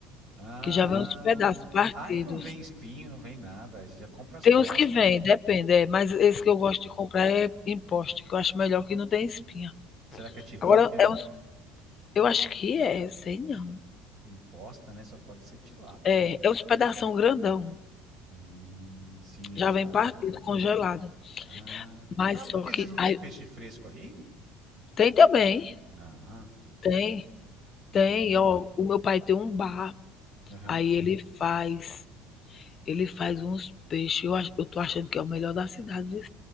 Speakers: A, on the right (about 50°); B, on the left (about 35°).
A: Ah,
B: que já vem uns pedaços partidos.
A: aí não vem espinho, não vem nada. Aí Você já compra as
B: Tem
A: postas,
B: uns que vêm,
A: né?
B: depende, é, mas
A: Hum.
B: esse que eu gosto de comprar é em posta, que eu acho melhor que não tem espinha.
A: Será que é tilápia?
B: Agora, é uns,
A: é?
B: eu acho que é, sei não.
A: Imposta, né? Só pode ser tilápia,
B: É,
A: né?
B: é uns pedação grandão.
A: Hum, sim, é
B: Já
A: tilápia,
B: vem partido,
A: geralmente
B: congelado.
A: é grande. Ah,
B: Mas
A: ah, por
B: só
A: que
B: que.
A: vocês não têm
B: Aí,
A: peixe fresco aí?
B: tem também.
A: Ah,
B: Tem.
A: tem,
B: Tem.
A: né?
B: Ó, o meu pai tem um bar.
A: Aham.
B: Aí ele faz. Ele faz uns peixes. Eu, ach- eu tô achando que é o melhor da cidade. viu?